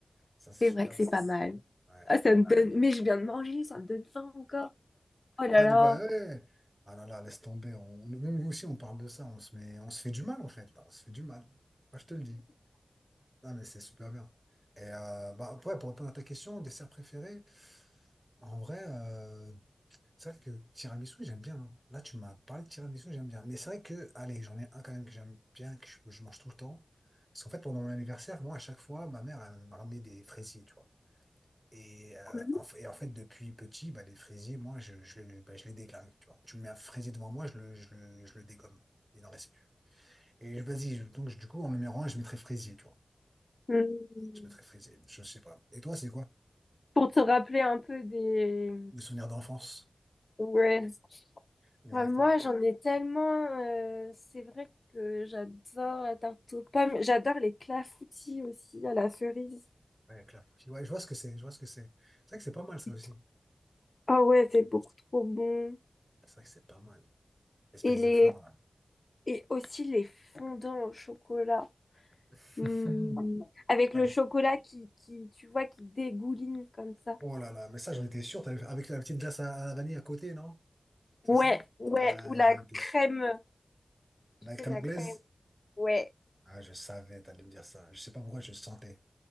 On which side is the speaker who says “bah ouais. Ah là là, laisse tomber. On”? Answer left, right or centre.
Right